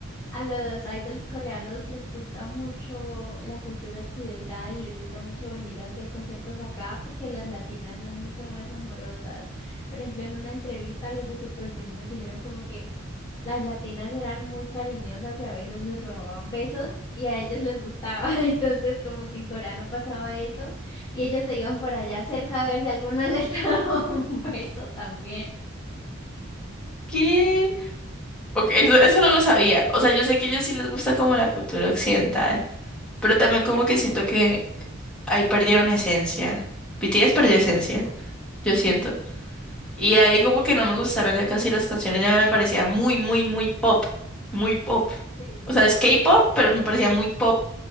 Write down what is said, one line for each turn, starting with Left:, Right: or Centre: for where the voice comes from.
Left: a los idols coreanos les gusta mucho la cultura occidental y les gusta mucho venir a hacer conciertos acá porque las latinas son mucho más amorosas. Por ejemplo, en una entrevista los de Super Junior dijeron como que las latinas eran muy cariñosas y a veces les robaban besos y a ellos les gustaba. <laughs> Entonces, como que en Corea no pasaba eso y ellos se iban por allá cerca a ver si alguna les <laughs> daba un beso también.
Centre: ¿Qué? Ok, eso, eso no lo sabía. O sea, yo sé que a ellos sí les gusta como la cultura occidental, pero también como que siento que ahí perdieron esencia. BTS perdió esencia, yo siento.
Left: Mm,
Centre: Y ahí como que no me gustaron ya casi las canciones, ya me parecía muy, muy, muy pop, muy pop.
Left: Sí.
Centre: O sea, es K-pop, pero me parecía muy pop